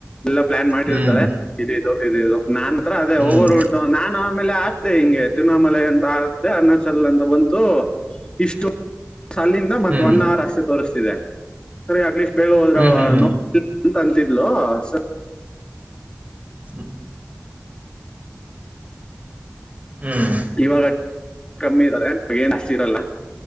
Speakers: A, on the left; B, on the right.
A: ಎಲ್ಲ ಪ್ಲಾನ್ ಮಾಡಿರ್ತಾೆ
B: ಹ್ಮ್
A: ಇದ ಇದು ಇದ ಇದು ನಾನ ಹತ್ರ ಅದೇ
B: ಹ್ಮ್
A: ಹಓವ ರೋಟ್ ನಾನ ಆಮೇಲೆ ಆಗ್ದೆ ಹಿಂಗೆ ತಿರುಣಾಮಲ ಅಂತ ಆದೆ ಅರುಣಾಚಲ್ ಅಂತ ಬಂತು ಇಷ್ಟು ಅಲ್ಲಿಂದ ಮತ್ತ
B: ಹ್ಮ್
A: ಒನ್ ಅವರ್ ಅಷ್ಟೇ ತೋರಿಸ್ತಿದೆ ಸರಿ ಅಟ್ಲೀಸ್ಟ್ ಬೇಗ ಹೋದ್ರ
B: ಹ್ಮ್ ಹ್ಮ್ ಹ್ಮ್
A: ಎಂತ ಅಂತಿದ್ಲು ಸರ್
B: ಹ್ಮ <unintelligible> ಹ್ಮ್
A: ಇವಾಗ ಕಮ್ಮಿ ಇದಾರೆ ಈವಾಗ ಏನಷ್ಟ ಇರಲ್ಲ